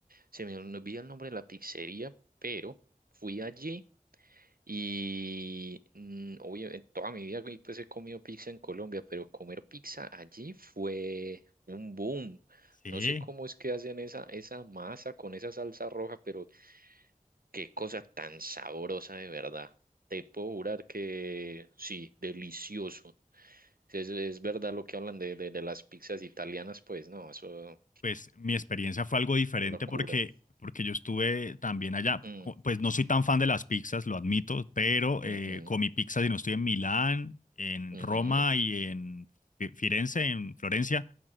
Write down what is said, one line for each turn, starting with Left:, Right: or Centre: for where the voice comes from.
Right: se me olvida el nombre de la pizzería, pero fui allí y mm, obviamente toda mi vida güey, pues he comido pizza en Colombia, pero comer pizza allí fue un boom.
Left: Sí,
Right: No sé cómo es que hacen esa, esa masa con esa salsa roja, pero qué cosa tan sabrosa de verdad. Te puedo jurar que sí, delicioso. Si Es, es verdad lo que hablan de, de, de las pizzas italianas, pues no, eso
Left: Pues mi experiencia fue algo diferente
Right: una locura.
Left: porque, porque yo estuve también allá.
Right: Mm,
Left: Co- Pues no soy tan fan de las pizzas, lo admito, pero
Right: ujú,
Left: eh, comí pizzas y no estoy en Milán, en
Right: ujú,
Left: Roma y en Fi- Firenze, en Florencia.